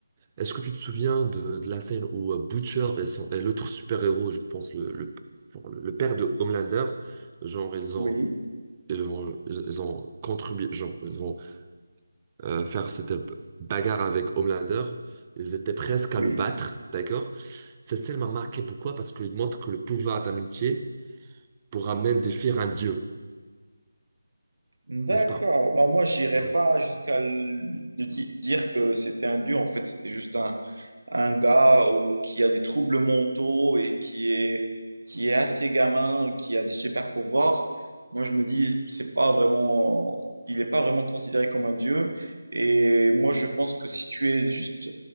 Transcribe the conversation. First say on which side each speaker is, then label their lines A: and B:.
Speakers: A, on the right; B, on the right.
A: Est-ce que tu te souviens de, de la scène où euh, Butcher et, son- et l'autre super-héros, je pense le, le, genre le- le père de Homelander, genre ils
B: Oui,
A: ont ils ont, ils ont contribué, genre ils ont euh, faire cette bagarre avec Homelander, ils étaient presque
B: oui.
A: à le battre, d'accord? Cette scène m'a marqué, pourquoi? Parce qu'il montre que le pouvoir d'amitié pourra même défier un dieu,
B: D'accord.
A: n'est-ce pas?
B: Bah, moi, j'irais
A: Ouais.
B: pas jusqu'à le- de di- dire que c'était un dieu. En fait, c'était juste un, un gars au- qui a des troubles mentaux et qui est, qui est assez gamin, qui a des super pouvoirs. Moi, je me dis, c'est pas vraiment, il n'est pas vraiment considéré comme un dieu. Et moi, je pense que si tu es juste